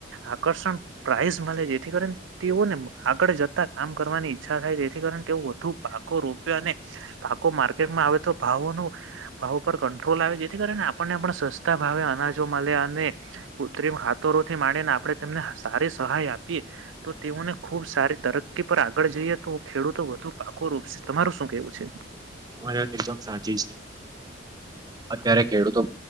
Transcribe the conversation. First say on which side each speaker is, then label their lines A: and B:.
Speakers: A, on the right; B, on the right.
A: આકર્ષણ પ્રાઈઝ મળે જેથી કરીને તેઓને આગળ જતા કામ કરવાની ઈચ્છા થાય તેથી કારણે તેઓ વધુ પાકો રોપ્યો અને. પાકો માર્કેટમાં આવે તો ભાવો નો ભાવ ઉપ કંટ્રોલ આવે જેથી કરીને આપણને પણ સસ્તા ભાવ અનાજો મળ્યા અને, કૃત્રિમ હાથરોથી ડીને આપણે તેમને સારી સહાય આપીએ. તો તેઓને ખુબ સારી તરકી પર આગળ જઈએ તો. ખેડૂતો વધુ પાકો રૂપ છે તમારું શું કેવું છે.
B: તમારી વાત એકદમ સાચી છે. અત્યારે ખેડૂતો